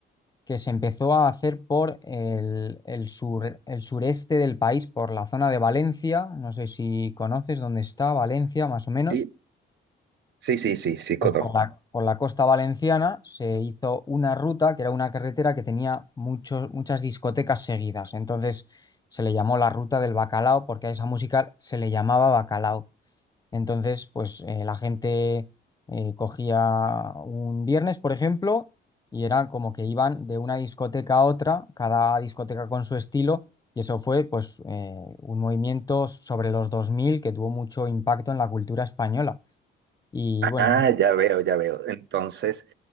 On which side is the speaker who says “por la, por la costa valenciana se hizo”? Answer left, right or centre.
Left